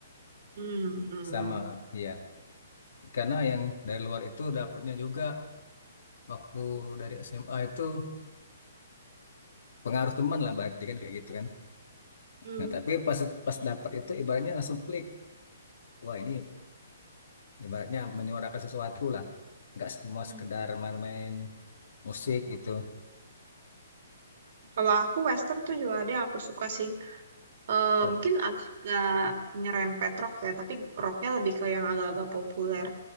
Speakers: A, on the right (about 50°); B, on the left (about 70°).
A: Hmm. Hmm.
B: sama ya karena yang dari luar itu dapatnya juga waktu dari SMA itu pengaruh teman lah berarti kan kayak gitu kan
A: Hmm.
B: nah tapi pas pas dapat itu ibaratnya langsung klik wah ini ibaratnya menyuarakan sesuatu lah nggak semua
A: Hmm.
B: sekedar main-main musik gitu
A: Kalau aku western tuh juga ada yang aku suka sih. Eh,
B: apa
A: mungkin agak nyerempet rock ya, tapi rocknya lebih ke yang agak-agak populer.